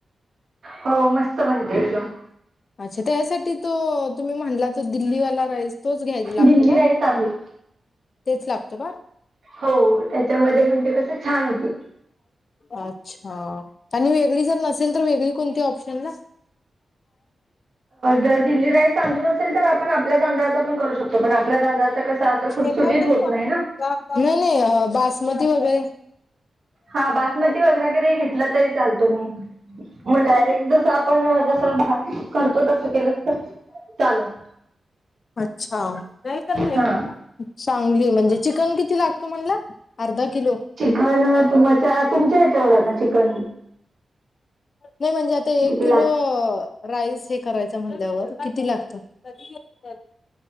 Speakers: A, on the right; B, on the left.
A: हो मस्त बनते एकदम.
B: अच्छा त्यासाठी तो तुम्ही म्हणला तो दिल्लीवाला राईस. तोच घ्यायला लागतो
A: दिल्ली
B: का?
A: राईस तांदूळ
B: तेच लागतो का?
A: हो त्याच्यामध्ये म्हणजे कस छान होती.
B: अच्छा. आणि वेगळी जर नसेल तर, वेगळी कोणती ऑप्शन ला.
A: जर दिल्ली राईस तांदूळ नसेल तर, आपण आपल्या तांदळाचा पण करू शकतो पण आपल्या तांदळाचा कसा असं
B: हे
A: सुटसुटीत होत नाही ना
B: नाही बासमती वगैरे.
A: हा बासमती वगैरेरे घेतलं तरी चालतो मग मग डायरेक्ट जस आपण जस भात करतो तसं केलंच तर चालेल.
B: अच्छा नाही तर नाही.
A: हा
B: चांगलीय म्हणजे चिकन किती लागतं म्हणला अर्धा किलो.
A: चिकण व तुमच्यात तुमच्या ह्याच्यावर आता चिकन
B: नाही म्हणजे आता एक
A: किती
B: किलो
A: लागत
B: राईस हे करायचं म्हल्यावर किती लागतं? रविवार